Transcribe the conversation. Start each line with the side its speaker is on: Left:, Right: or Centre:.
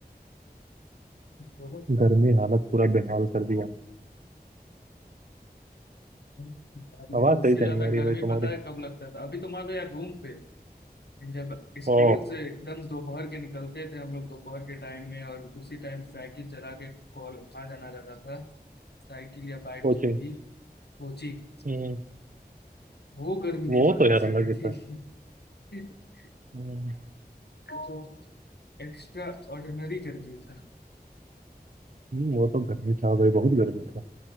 Left: बहुत
Right: गर्मी हालत पूरा बेहाल कर दिया
Left: यार, लेकिन
Right: आवाज
Left: इससे
Right: सही
Left: ज्यादा
Right: से नहीं आ
Left: गर्मी
Right: रही भाई
Left: पता
Right: तुम्हारी
Left: है कब लगता था अभी तो मान लो यार रूम पे जब स्कूल
Right: ओ
Left: से एकदम दोपहर के निकलते थे हम लोग दोपहर के टाइम में और उसी टाइम साइकिल चला के कॉल आ जाना रहता था साइकिल या बाइक
Right: कोचिंग
Left: जो भी कोचिंग
Right: हम्म,
Left: वो गर्मी नहीं
Right: वो
Left: बर्दाश्त
Right: तो यार अलग
Left: होती
Right: ही
Left: थी
Right: था
Left: <laughs>
Right: हम्म
Left: जो एक्स्ट्रा ऑर्डिनरी गर्मी था
Right: हम्म, वो तो गर्मी था भाई बहुत गर्मी था